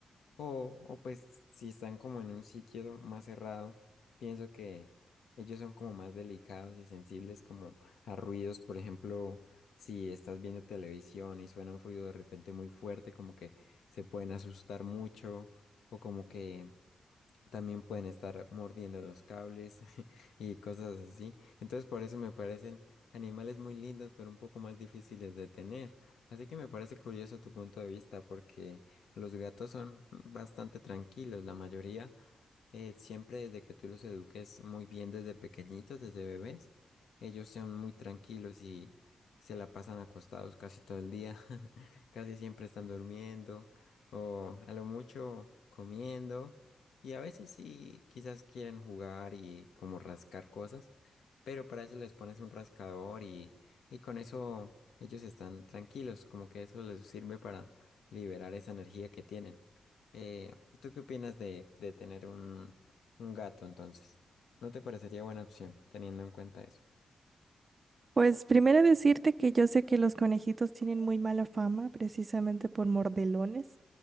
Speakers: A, on the left; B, on the right.
A: O, o pues si están como en un sitio más cerrado, pienso que ellos son como más delicados y sensibles como a ruidos, por ejemplo, si estás viendo televisión y suena un ruido de repente muy fuerte, como que se pueden asustar mucho o como que también pueden estar mordiendo los cables <laughs> y cosas así. Entonces por eso me parecen animales muy lindos, pero un poco más difíciles de tener. Así que me parece curioso tu punto de vista, porque los gatos son bastante tranquilos, la mayoría, eh, siempre desde que tú los eduques muy bien desde pequeñitos, desde bebés, ellos son muy tranquilos y se la pasan acostados casi todo el día, <laughs> casi siempre están durmiendo o a lo mucho comiendo y a veces sí quizás quieren jugar y como rascar cosas, pero para eso les pones un rascador y, y con eso ellos están tranquilos, como que eso les sirve para liberar esa energía que tienen. Eh, pues, ¿Tú qué opinas de, de tener un, un gato entonces? ¿No te parecería buena opción teniendo en cuenta eso?
B: Pues primero decirte que yo sé que los conejitos tienen muy mala fama precisamente por mordelones.